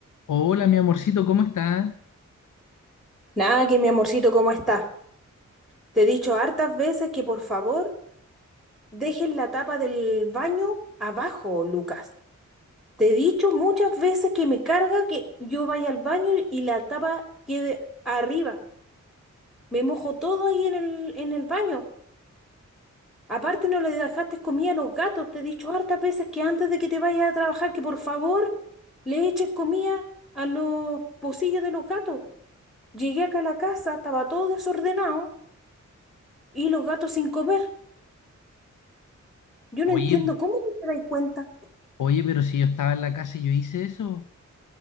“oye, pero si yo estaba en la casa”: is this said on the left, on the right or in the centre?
Left